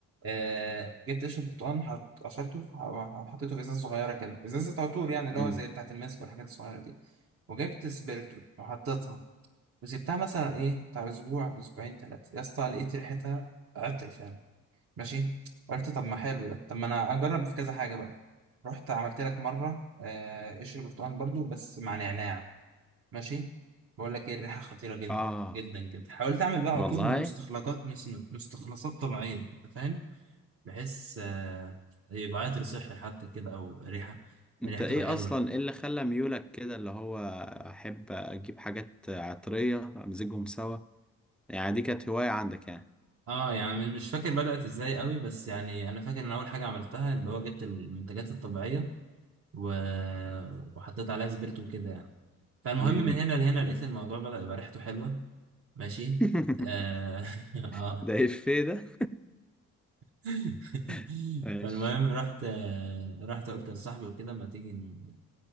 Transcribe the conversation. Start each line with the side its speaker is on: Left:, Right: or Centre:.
Right: آه جبت قشر برتقال حط- قشرته ح- وحطيته في إزازة صغيرة كده إزازة عطور يعني اللي
Centre: امم
Right: هو زي بتاعة الماسك والحاجات الصغيرة دي وجبت سبيرتو وحطيتها وسبتها مثلا ايه بتاع اسبوع اسبوعين ثلاثة يا اسطى لقيت ريحتها عطر فعلا ماشي قلت طب ما حلو ده طب ما انا اجرب في كذا حاجه بقى رحت عملت لك مره آه، قشر برتقال برضو بس مع نعناع ماشي بقول لك ايه الريحه خطيره جدا
Centre: اه
Right: جدا جدا حاولت اعمل بقى عطور
Centre: والله
Right: من مستخلصات مس- مستخلصات طبيعيه انت فاهم بحيث آه، يبقى عطر صحي حتى كده او ريحه
Centre: انت
Right: الريحه
Centre: ايه
Right: تبقى حلوه
Centre: اصلا ايه اللي خلى ميولك كده اللي هو احب اجيب حاجات عطرية امزجهم سوا يعني دي كانت هواية عندك يعني
Right: اه يعني مش فاكر بدأت ازاي قوي بس يعني انا فاكر ان اول حاجه عملتها اللي هو جبت المنتجات الطبيعيه و... وحطيت عليها سبيرتو كده يعني فالمهم
Centre: امم
Right: من هنا لهنا لقيت الموضوع بدأ يبقى ريحته حلوة ماشي
Centre: <laughs>
Right: اه <laughs> آه.
Centre: ده ايه ده
Right: <laughs>
Centre: <laughs> ماشي
Right: فالمهم رحت آه، رحت قلت لصاحبي وكده ما تيجي ن-